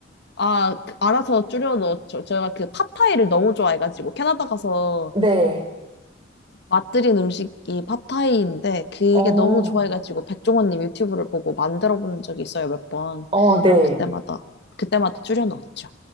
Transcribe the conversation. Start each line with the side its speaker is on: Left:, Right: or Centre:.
Left: 아, 그- 알아서 줄여 넣었죠. 제가 그 팟타이를 너무 좋아해가지고 캐나다 가서
Right: 네.
Left: 맛들인 음식이 팟타이인데 그게
Right: 어,
Left: 너무 좋아해가지고 백종원님 유튜브를 보고 만들어 본 적이 있어요 몇 번.
Right: 어, 네.
Left: 그때마다 그때마다 줄여 넣었죠.